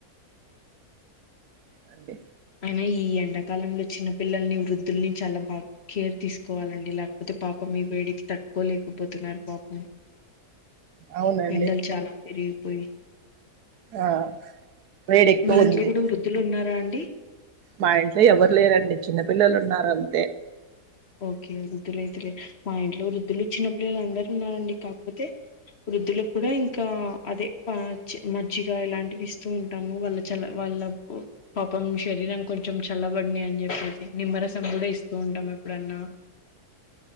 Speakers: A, on the right (about 85°); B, on the left (about 45°).
A: అండి
B: అయినా ఈ ఎండాకాలంలో చిన్న పిల్లల్ని వృద్ధుల్ని చాలా బా కేర్ తీసుకోవాలండి లేకపోతే పాపం మీ వేడికి తట్టుకోలేకపోతున్నారు పాపం
A: అవునండి
B: ఎండలు చాలా పెరిగిపోయి
A: ఆ వేడి ఎక్కువ
B: మీ ఇంటిల
A: ఉంది
B: కూడా వృద్ధులు ఉన్నారా అండి అండి
A: మా ఇంట్లో ఎవరు లేరండి చిన్నపిల్లలు ఉన్నారంతే
B: ఓకే వృద్ధులయితేలే. మా ఇంట్లో వృద్ధులు చిన్న పిల్లలు అందరు ఉన్నారు అండి. కాకపోతే వృద్ధులకు కూడా ఇంకా అదే మజ్జిగ ఇలాంటివి ఇస్తూ ఉంటాము. వాళ్ళ చల్ల వాళ్ళ పాపం శరీరం కొంచెం చల్లబడిని అని చెప్పేసి, నిమ్మరసం కూడా ఇస్తూ ఉంటాము ప్పు ఎప్పుడన్నా